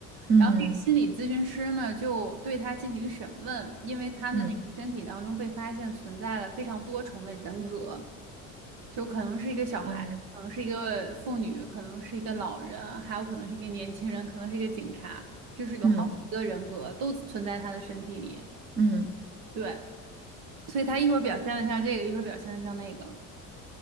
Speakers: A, on the right; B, on the right.
A: 嗯
B: 然后那个心理咨询师呢，就对他进行审问，因为他的那个身体当中被发现存在了非常多重的人格，
A: 嗯，
B: 就可能是一个小孩，
A: 哦，
B: 可能是一个妇女，可能是一个老人，还有可能是一个年轻人，可能是一个警察，就是有好几个人格都存在他的身体里。
A: 嗯嗯，
B: 对，所以他一会儿表现的像这个，一会儿表现的像那个。